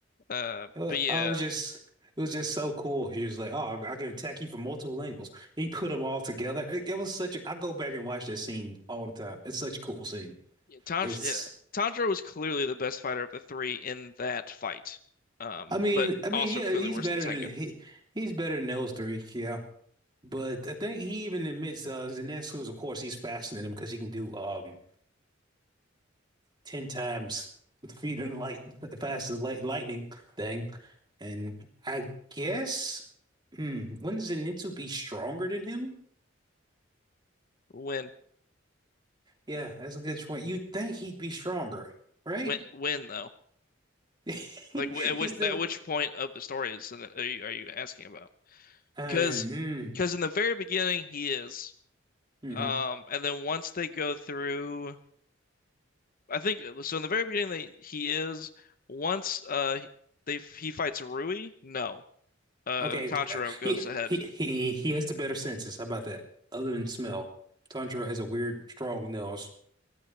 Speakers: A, on the left; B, on the right.
A: Uh,
B: Uh,
A: but yeah.
B: I was just, it was just so cool. He was like, "Oh, I can attack you from multiple angles." He put them all together. It, it was such a. I go back and watch that scene all the time. It's such a cool scene.
A: Yeah, Tanj
B: It's.
A: yeah, Tanjiro was clearly the best fighter of the three in that fight, um,
B: I mean,
A: but
B: I mean,
A: also
B: yeah,
A: clearly
B: he's
A: worse
B: better
A: than Tengen.
B: than he. He's better than those three. Yeah, but I think he even admits uh, Zenitsu's. Of course, he's faster than him because he can do um ten times the speed of the light, <laughs> the fastest light lightning thing. And I guess, hmm, wouldn't Zenitsu be stronger than him?
A: When,
B: Yeah, that's a good point. You'd think he'd be stronger, right?
A: when, when though?
B: <laughs> He's
A: Like, wh- at which
B: the.
A: at which point of the story is are you, are you asking about?
B: I
A: Because
B: mean,
A: because in the very beginning he is,
B: hmm, mhm.
A: um, and then once they go through, I think so. In the very beginning, they he is. Once uh they he fights Rui, no, uh
B: Okay,
A: Tanjiro
B: uh,
A: goes
B: he
A: ahead.
B: he he he has the better senses. How about that? Other than smell, Tanjiro has a weird, strong nose.